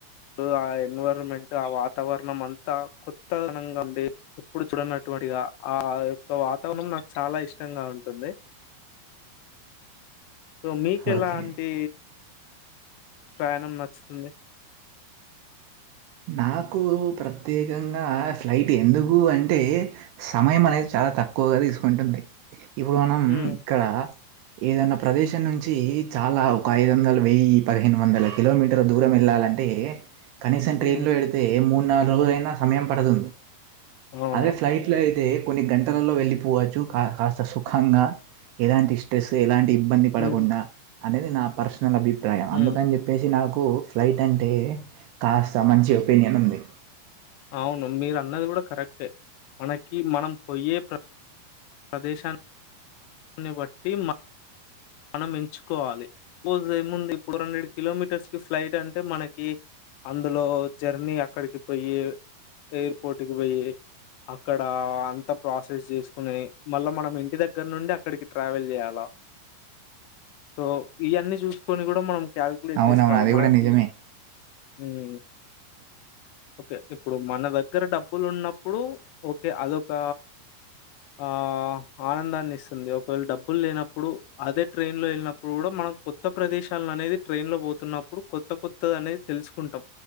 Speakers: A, on the left; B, on the right.
A: ఆ ఎన్విరాన్మెంట్, ఆ వాతావరణం అంతా కొత్త నంగా ఉండి ఎప్పుడు చూడనట్టు ఓడి గా ఆ యొక్క వాతావరణం నాకు చాలా ఇష్టంగా ఉంటుంది. సో మీకు ఎలాంటి
B: ఓకే.
A: ప్రయాణం నచ్చుతుంది?
B: నాకు ప్రత్యేకంగా స్లయిటి ఎందుకు అంటే సమయం అనేది చాలా తక్కువగా తీసుకుంటుంది ఇప్పుడు మనం
A: ఉమ్
B: ఇక్కడ ఏదన్నా ప్రదేశం నుంచి చాలా ఒక ఐదు వందలు, వెయ్యి, పదిహేను వందల కిలోమీటర్ల దూరం వెళ్ళాలి. లడ్డే కనీసన్ ట్రైన్లో
A: ఉమ్
B: పెడితే మూడు నాలుగు రోజులయినా సమయం పడదు.
A: అవును
B: అదే ఫ్లైట్లో అయితే కొన్ని గంటలలో వెళ్ళిపోవచ్చు కా కాస్త సుఖంగా ఎలాంటి స్ట్రెస్ ఎలాంటి ఇబ్బంది పడకుండా
A: ఉమ్
B: అనేది నా పర్సనల్ అభిప్రాయం. అందుకని
A: ఉమ్
B: చెప్పేసి నాకు పూ ఫ్లైట్ అంటే కాస్త మంచి ఒపీనియన్ ఉంది.
A: అవును మీరు అన్నది కూడా కరెక్టే మనకి మనం పోయే ప్ర ప్రదేశాన్ ఉన్నే బట్టి మ మనం ఎంచుకోవాలి పోదేముంది. ఫూర్ హండ్రెడ్ కిలోమీటర్స్ కి ఫ్లైట్ అంటే మనకి అందులో జర్నీ అక్కడికి పోయి ఎయిర్పోర్ట్కి పోయి అక్కడ అంత ప్రాసెస్ చేసుకునే మళ్ళా మనం ఇంటి దగ్గర నుండి అ అక్కడికి ట్రావెల్ చేయాలా సో ఇవన్నీ చూసుకొని కూడా మనం కాలిక్యులేట్
B: అవునవును.
A: చేసుకోవాలి
B: అది
A: మనకి
B: గూడా నిజమే.
A: మ్ ఓకే ఇప్పుడు మన దగ్గర డబ్బులు ఉన్నప్పుడు ఓకే అదొ ఒక ఆ ఆనందాన్ని ఇస్త ఉంది ఒకవేళ డబ్బులు లేనప్పుడు అదే ట్రైన్ లో వెళ్ళినప్పుడు కూడా మనం కొత్త ప్రదేశల్లో అనేది ట్రైన్ లో పో తున్నప్పుడు కొత్త కొత్త అనే తెలుసుకుంటాం